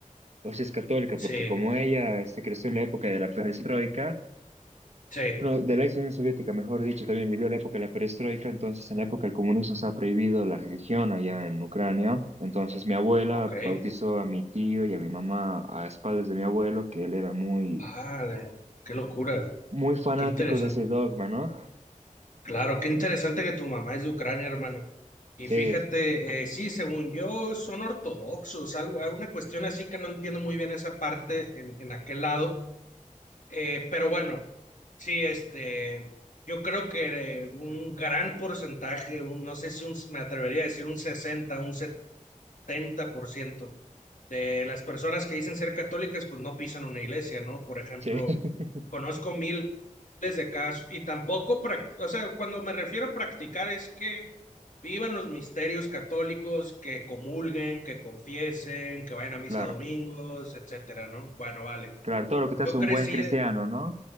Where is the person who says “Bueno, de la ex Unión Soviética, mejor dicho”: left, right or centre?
Right